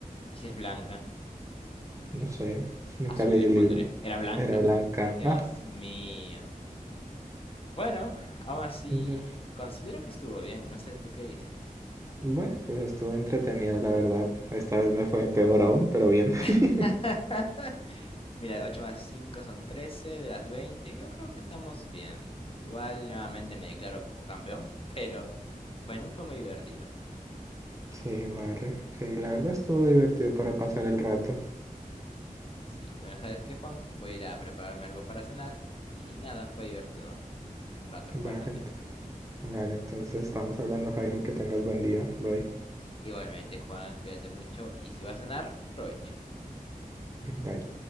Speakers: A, on the left; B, on the right.
A: Y si es blanca,
B: No sé, nunca
A: azul
B: leí
A: le
B: el
A: pondré.
B: libro.
A: Era blanca.
B: Era blanca.
A: Dios
B: Ah,
A: mío. Bueno, aún así,
B: ya.
A: considero que estuvo bien. No sé, ¿tú qué dices?
B: Bueno, pues estuvo entretenido, la verdad. Esta vez me fue peor aún, pero bien. <laughs>
A: <laughs> Mira, ocho más 5 son 13 de las veinte Yo creo que estamos bien. Igual nuevamente me declaro como campeón, <laughs> pero bueno, fue muy divertido.
B: Sí, vale. Sí, la verdad estuvo divertido para pasar el rato.
A: Sí, bueno, ¿sabes qué, Juan? Voy a ir a prepararme algo para cenar y nada, fue divertido un rato jugar
B: Vale,
A: contigo.
B: ent- vale, entonces estamos hablando, Jairo, que tengas buen día. Bye.
A: Igualmente, Juan, cuídate mucho y si vas a cenar, provecho.
B: <laughs> Bye.